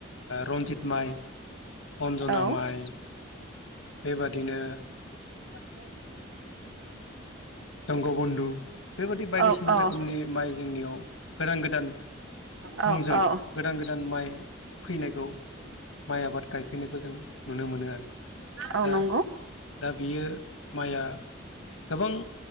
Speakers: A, on the left (about 85°); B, on the right (about 70°).
A: रन्जित माइ। अ'न्जना
B: औ
A: माइ। बेबादिनो
B: जाखद
A: जंगबन्धु---बेबादि बायदिसिना
B: औ औ
A: रोखोमनि माइ जोंनियाव गोदान गोदान।
B: औ
A: मुंजों
B: औ
A: गोदान गोदान माइ फैनायखौ माइ आबाद गायफैनायखौ जों नुनो मोनो आरो
B: औ
A: दा
B: नंगौ
A: दा बियो माइया गोबां